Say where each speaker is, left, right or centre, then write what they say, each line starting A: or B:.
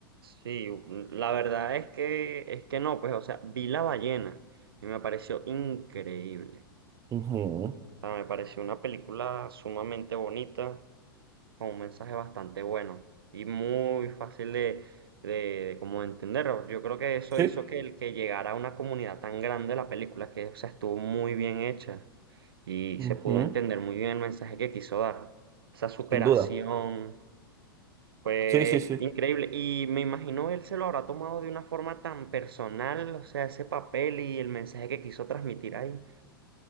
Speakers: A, on the right; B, on the right.
A: Sí, mm, la verdad es que, es que no, pues, o sea, vi La ballena y me pareció increíble.
B: Ujú.
A: O sea, me pareció una película sumamente bonita, con un mensaje bastante bueno y muy fácil de, de, de como entenderlo. Yo creo que eso
B: Sí,
A: hizo que, el- que llegara a una comunidad tan grande la película, que, o sea, estuvo muy bien hecha y
B: ujú,
A: se pudo entender muy bien el mensaje que quiso dar. Esa superación.
B: Sin duda.
A: Fue
B: Sí, sí, sí.
A: increíble. Y me imagino él se lo habrá tomado de una forma tan personal, o sea, ese papel y el mensaje que quiso transmitir ahí.